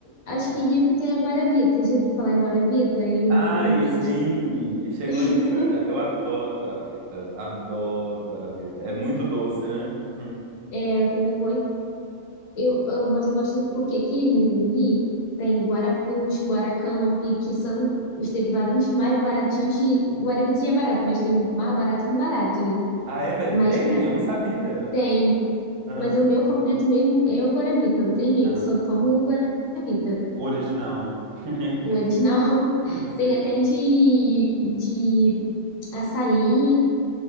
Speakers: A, on the left; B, on the right.
A: acho
B: é.
A: que Rio que tem a Guaravita. Já ouviu falar em Guaravita aí
B: Ai,
A: no, em Minas?
B: sim! Chegou
A: <laughs>
B: em Minas já. Eu adoro guaravita. Adoro guaravita. É muito doce, né? Hum.
A: É, eu também gosto. Eu, eu, mas eu gosto porque aqui no Rio tem Guaraplus, Guaracamp, que são os derivados mais baratinhos de Guaravita já é barato, mas tem o mais barato de barato, né?
B: Ah, é verdade?
A: Mas
B: Tem?
A: pra,
B: Eu não sabia.
A: tem
B: Aham.
A: Mas o meu favorito mesmo é o Guaravita, não tem jeito,
B: Aham.
A: só tomo
B: O,
A: o Guaravita.
B: o original, né? <laughs>
A: O original <laughs>
B: <laughs> Sim.
A: tem até de, de açaí,